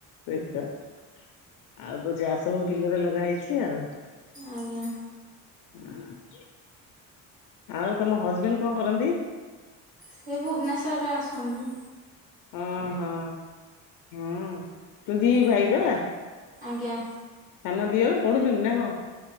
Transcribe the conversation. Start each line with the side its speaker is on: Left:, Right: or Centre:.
Left: ସେଇତ ଆଉ ତ ଜା ସବୁ ବିଲରେ ଲଗା ହେଇଚି। ଆଉ
Right: ଆଜ୍ଞା
Left: ହଁ ଆଉ ତମ ହଜବେଣ୍ଡ କଣ କରନ୍ତି?
Right: ସେ ଭୁବନେଶ୍ଵର ରେ ଅଛନ୍ତି।
Left: ଉଁ ହୁଁ ହୁଁ ତ ଦି ଭାଇ
Right: ଆଜ୍ଞା।
Left: ବା।
Right: ଆଜ୍ଞା
Left: ସାନ ଦିଅ ପଢୁଚନ୍ତି ନା କଁ?